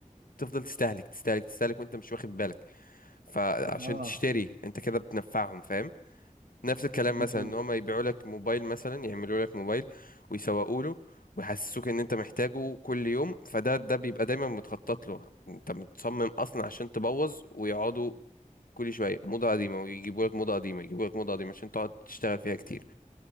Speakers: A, on the left; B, on the right.
A: تفضل تستهلك تستهلك تستهلك وانت مش واخد بالك فعشان
B: اها
A: تشتري انت كده بتنفعهم فاهم نفس الكلام
B: فهمت
A: مثلا
B: وجه-
A: ان هم يبيعوا لك موبايل مثلا يعملوا لك موبايل ويسوقوا له ويحسسوك ان انت محتاجه كل يوم فده ده بيبقى دايما متخطط له انت متصمم اصلا عشان تبوظ ويقعدوا كل شويه موضه قديمه ويجيبوا لك موضه قديمه يجيبوا لك موضه قديمه عشان تقعد تشتغل فيها كتير